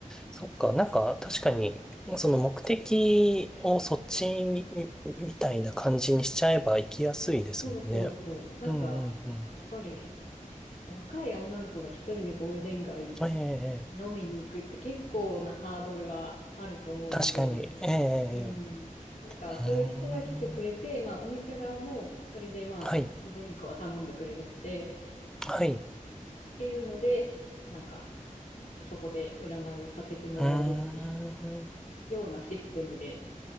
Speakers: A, in the centre; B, on the left (about 70°).
A: そっか。なんか、確かに、その目的をそっちに、みみたいな感じにしちゃえば行きやすいですもんね。
B: そうそうそう。なんか、
A: うん、うん、うん。
B: やっぱり若い女の子が一人でゴールデン街
A: ええ、ええ。
B: 飲みに行くって結構なハードルはあると思うんで、
A: 確かに。ええ、
B: うん。だからそういう人が来てくれて、
A: ええ、うーん。
B: まあお店側もそれでまあドリンクは頼んでくれるので、
A: はい、はい。
B: っていうので、なんかそこで占いをさせてもらえるってい
A: うーん。
B: うようなシステムで